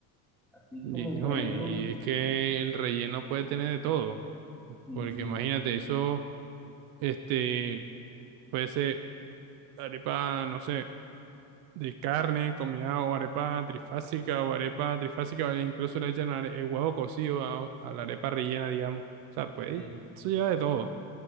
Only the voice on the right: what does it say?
Y,
hijo,
y es que el relleno puede tener de todo,
porque
imagínate, eso, este, puede ser arepa, no sé, de carne combinada o arepa trifásica o arepa trifásica, o incluso le echan are- el huevo cocido a, a la arepa rellena, digamos. O sea, pues
eso lleva de todo.